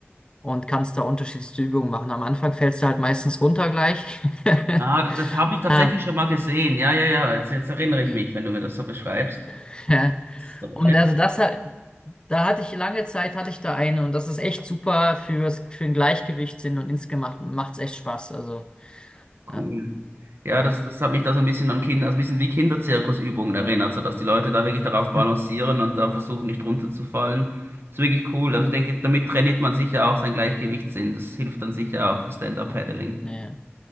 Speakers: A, on the left (about 20°); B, on the right (about 60°).
A: und kannst da unterschiedlichste Übungen machen. Am Anfang fällst du halt meistens runter gleich. <laughs>
B: Ah, das, das habe ich tatsächlich
A: Ah,
B: schon mal gesehen. Ja, ja, ja. Jetzt, jetzt erinnere
A: ja.
B: ich mich, wenn du mir das so beschreibst.
A: <laughs>
B: Das ist so-
A: Und also das, hat- da hatte ich lange Zeit, hatte ich da eine und das ist echt super fürs, für den Gleichgewichtssinn und insgesamt macht es echt Spaß. Also,
B: Cool.
A: ja,
B: Ja, das,
A: ja,
B: das hat mich da so ein bisschen an Kinder, also ein bisschen wie Kinderzirkusübungen erinnert, so dass die Leute da wirklich darauf balancieren
A: <laughs>
B: und da versuchen nicht runterzufallen. Das ist wirklich cool.
A: ja,
B: Aber ich denke, damit trainiert man sicher auch sein Gleichgewichtssinn. Das hilft dann sicher auch für Stand-Up-Paddling.
A: ja,